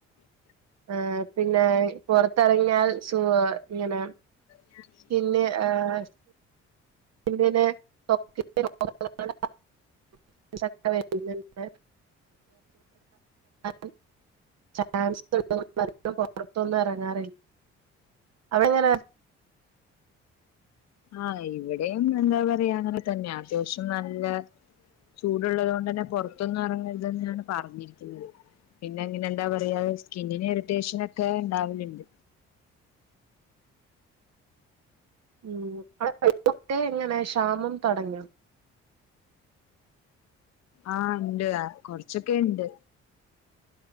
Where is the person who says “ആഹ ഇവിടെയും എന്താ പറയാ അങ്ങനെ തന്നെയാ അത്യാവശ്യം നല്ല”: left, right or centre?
Left